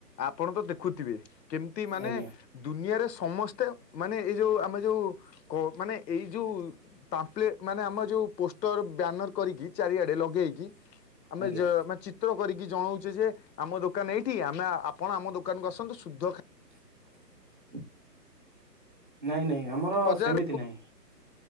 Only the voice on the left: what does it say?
ଆପଣ ତ ଦେଖୁଥିବେ କେମତି ମାନେ
ଦୁନିଆରେ ସମସ୍ତେ ମାନେ ଏଇ ଯୋଉ ଆମ ଯୋଉ ମାନେ ଏଇ ଯୋଉ ପାମ୍ପେଲେ ମାନେ ଆମେ ଯୋଉ ପୋଷ୍ଟର ବ୍ୟାନର କରିଛି ଚାରି ଆଡେ଼ ଲଗେଇକି ଆମେ
ଯ ମା ଚିତ୍ର କରିକି ଜଣାଉଛେ ଯେ ଆମ ଦୋକାନ ଏଇଠି ଆମେ ଆପଣ ଆମ ଦୋକାନକୁ ଆସନ୍ତୁ ଶୁଦ୍ଧ ଖାଇ
ବଜାର